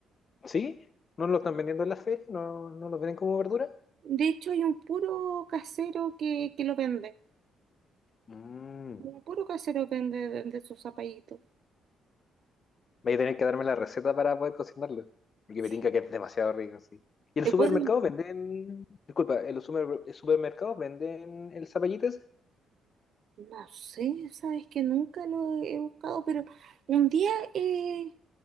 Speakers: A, on the left; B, on the right.
A: ¿Sí? ¿No lo están vendiendo en las ferias? ¿No, no los venden como verdura?
B: De hecho, hay un puro casero que, que lo vende.
A: Mm.
B: Un puro casero vende de, de sus zapallitos.
A: Voy a tener que darme la receta para poder cocinarlo. Porque
B: Sí.
A: me tinca que es demasiado rico, sí. ¿Y en
B: Te
A: los supermercados
B: puedo,
A: venden... Disculpa, ¿en los super- supermercados venden el zapallito ese?
B: no sé, sabes que nunca lo he buscado, pero un día eh,